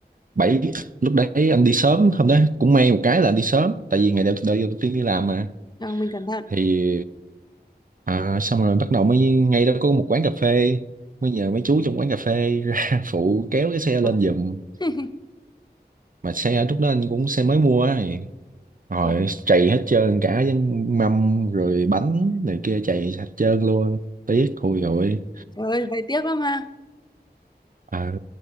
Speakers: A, on the right (about 55°); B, on the left (about 25°).
A: bảy lúc đấy anh đi sớm hôm đấy cũng may một cái là anh đi sớm tại vì ngày đầu, đầu, đầu tiên đi làm mà
B: rồi mình cẩn thận.
A: thì à, xong rồi bắt đầu mới ngay đó có một quán cà phê mới nhờ mấy chú trong quán cà phê ra <laughs> phụ kéo cái xe
B: Vâng.
A: lên giùm
B: <laughs>
A: mà xe lúc đó anh cũng xe mới mua á rồi
B: Vâng.
A: trầy hết trơn cả với mâm rồi bánh này kia trầy hết trơn luôn tiếc hôi rồi
B: Trời ơi, vậy tiếc lắm ha.
A: Ờ,